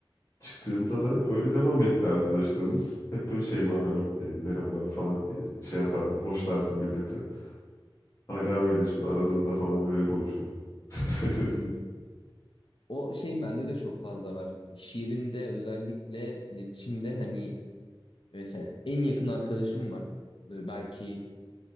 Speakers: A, on the left; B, on the left.
A: çıktığımda da öyle devam etti arkadaşlığımız. Hep böyle Şeyma Hanım e, merhabalar falan diye şey yapardım, hoşlardım millete. Hala öyle şimdi aradığında falan öyle konuşurum. <laughs>
B: <laughs> <laughs> O şey bende de çok fazla var. Şiirinde özellikle iletişimde hani mesela en yakın arkadaşım var. Böyle belki